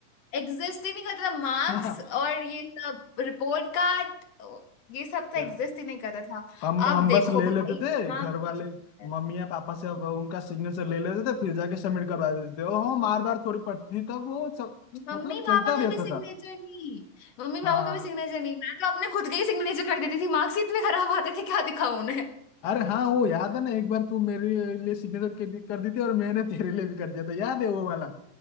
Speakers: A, on the left (about 55°); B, on the left (about 85°).
A: एग्जिस्ट ही नहीं करता था मार्क्स
B: <laughs> हाँ हाँ।
A: और ये सब रिपोर्ट कार्ड ये सब तो
B: क्या
A: एग्जिस्ट ही नहीं करता था
B: हम हम
A: अब देखो
B: बस ले
A: भाई
B: लेते थे
A: इतना
B: घर
A: कुछ
B: वाले
A: है।
B: मम्मी या पापा से अब उनका सिग्नेचर ले लेते थे फिर जाके सबमिट करवा देते थे और हम मार बार थोड़ी पड़ती थी तब वो सब
A: मम्मी
B: मतलब
A: पापा
B: चलता
A: का
B: रहता
A: भी सिग्नेचर
B: था
A: नहीं मम्मी पापा
B: हाँ
A: का भी सिग्नेचर नहीं मैं तो अपने खुद के ही सिग्नेचर कर देती थी मार्क्स ही इतने खराब आते थे क्या दिखाऊं उन्हें
B: अरे हाँ वो याद है ना एक बार तू मेरे लिए सिग्नेचर कर दी कर दी थी और मैंने तेरे लिए भी कर दिया था याद है वो वाला